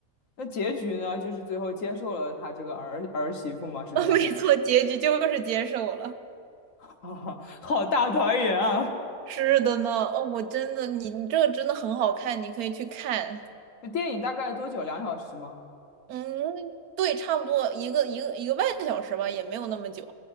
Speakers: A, on the left (about 65°); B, on the right (about 90°).
A: 那结局呢？就是最后接受了他这个儿儿媳妇吗？
B: <laughs>
A: 是这样吗？
B: 没错，结局就是接受了。
A: <laughs> 啊好大团圆啊！
B: 是的呢，哦，我真的，你你这个真的很好看，你可以去看。
A: <laughs> 那电影大概多久？两小时吗？
B: 嗯，对，差不多一个一个一个半小时吧，也没有那么久。